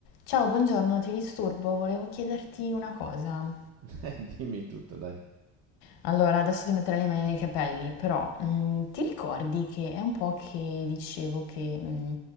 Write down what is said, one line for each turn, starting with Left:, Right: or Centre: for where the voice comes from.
Left: Ciao, buongiorno, ti disturbo, volevo chiederti una cosa.
Right: <laughs> Eh, Dimmi tutto, dai.
Left: Allora, adesso ti metterò le mani nei capelli, però mm, ti ricordi che è un po' che dicevo che, mm,